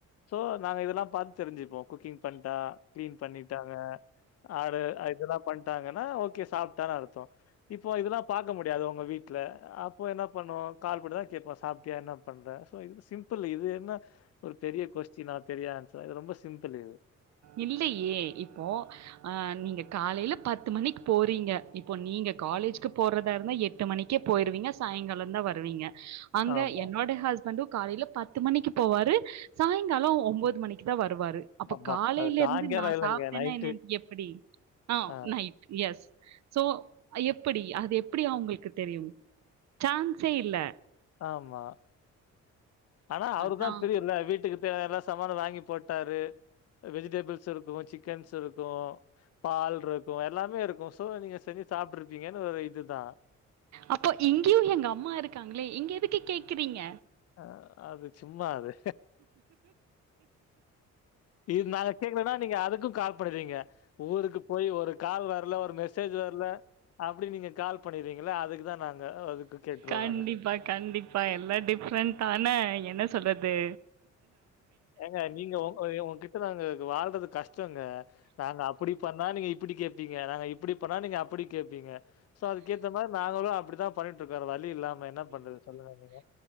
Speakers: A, on the left (about 55°); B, on the right (about 65°).
A: சோ நாங்க இதெல்லாம் பார்த்து தெரிஞ்சு குக்கிங் பண்ணிட்டா கிளீன் பண்ணிட்டாங்க ஆரு ஆ இதெல்லாம் பண் ட்டாங்கன்னா ஓகே சாப்ட்டானு அர்த்தோ இப்போ இதெல்லா பாக்க முடியாது உங்க வீட்ல அப்போ என்ன பண்ணுவோ கால் பண்ணிதா கேப்போ சாப்டியா என்ன பண்ற சோ இது சிம்பிள் இது என்ன ஒரு பெரிய கொஸ்டினா தெரிய ஆன்ஷர் இது ரொம்ப ஸ் சிம்ப்புலது
B: இல்லையே இப்போ ஆஹ் நீங்க காலையில பத்து மணிக்கு போறீங்க இப்போ நீங்க காலேஜ்கு போறதா இருந்தா எட்டு மணிக்கே போயிருவீங்க சாயங்காலம் தான் வருவீங்க அங்க
A: ஆமா.
B: என்னோட ஹஸ்பண்டு காலைல பத்து மணிக்கு போவாரு சாயங்காலோ ஒம்போது மணிக்குதா வரு வருவாரு அப்போ
A: அப்பா!
B: காலைல
A: அது சாயங்காலம்
B: இருந்து நா
A: இல்லங்க.
B: சாப்ட்டனா
A: நைட்டு.
B: என்னன்ட்டு எப்படி ஆஹ்
A: ஆ.
B: நைட் எஸ் சோ அ எப்படி அது எப்படி அவங்களுக்கு தெரியும் சான்ஸே இல்ல
A: ஆமா ஆனா அவரு
B: அதான்.
A: தான் தெரியல வீட்டுக்கு எல்லா சாமானும் வாங்கி போட்டாரு வெஜிடபிள்ஸ் இருக்கும் சிக்கன்ஸ் இருக்கும் பால் இருக்கும் எல்லாமே இருக்கும் சோ நீங்க சரி சாப்பிருப்பீங்கன்னு ஒரு இதுதான்
B: அப்போ இங்கயு எங்க அம்மா இருக்காங்களே இங்க எதுக்கு கேக்குறீங்க
A: அஹ் அது சும்மா அது இது நாங்க கேக்குறேன்னா நீங்க அதுக்கும் காசு பண்ணறீங்க ஊருக்கு போய் ஒரு கால் வரல ஒரு மெசேஜ் வரல அப்டி நீங்க கால் பண்ணறீங்க இல்ல அதுக்குதான் நாங்க அதுக்கு கேட்டுருவோம்
B: கண்டிப்பா-கண்டிப்பா
A: நாங்க.
B: எல்லாம் டிஃப்ரெண்ட் ஆனா என்ன சொல்லுது
A: ஏங்க நீங்கங்க உங்ககிட்ட நாங்க வாழ்றது கஷ்ட ங்க நாங்க அப்டி பண்ணா நீங்க இப்படி கேடப்பீங்க நாங்க இப்படி பண்ணா நீங்க அப்டி கேப்பீங்க சோ அதுக்கேத்த மாரி நாங்களும் அப்டி தான்பண்ணிட்டுஇருக்கிறதா வலி இல்லாம என்ன பண்றது சொல்லுங்க நீங்க